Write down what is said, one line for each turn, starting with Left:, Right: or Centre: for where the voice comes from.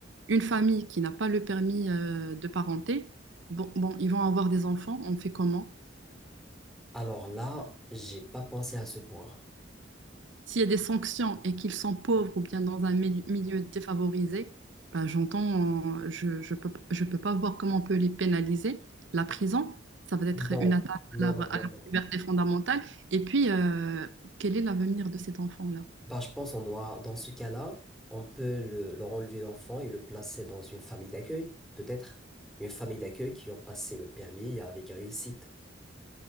Right: une famille qui n'a pas le permis euh, de parenté, bon, bon, ils vont avoir des enfants, on fait comment?
Centre: Alors là, j'ai pas pensé à ce point.
Right: S'il y a des sanctions et qu'ils sont pauvres ou bien dans un mili- milieu défavorisé, ben, j'entends, euh, je, je peux, je peux pas voir comment on peut les pénaliser. La prison, ça va être
Centre: Non,
Right: une attaque
Centre: non,
Right: à leur,
Centre: non,
Right: à
Centre: non,
Right: leur
Centre: non.
Right: liberté fondamentale. Et puis, euh, quel est l'avenir de cet enfant-là?
Centre: Bah, je pense on doit, dans ce cas-là, on peut le, leur enlever l'enfant et le placer dans une famille d'accueil, peut-être. Une famille d'accueil qui ont passé le permis avec réussite.